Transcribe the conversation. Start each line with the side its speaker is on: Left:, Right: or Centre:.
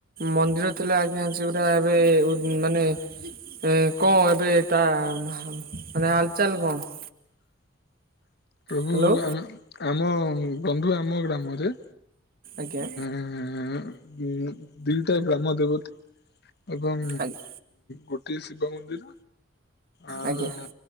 Right: ମନ୍ଦିର ଥିଲା ଆଜ୍ଞା ସେଗୁରା ଏବେ ଉଦ୍ ମାନେ ଏ କଣ ଏବେ ତା ମାନେ ହାଲ୍ ଚାଲ୍ କଣ?
Left: <inaudible> ପ୍ରଭୁ
Right: ହ୍ୟାଲୋ
Left: ଆମ୍ ଆମ ବନ୍ଧୁ ଆମ ଗ୍ରାମରେ
Right: ଆଜ୍ଞା।
Left: ଉଁ ଉଁ ଦିଟା ଗ୍ରାମ ଦେବତୀ ଏବଂ
Right: ଆଜ୍ଞା
Left: ଗୋଟିଏ ଶିବ ମନ୍ଦିର ଆଉ
Right: ଆଜ୍ଞା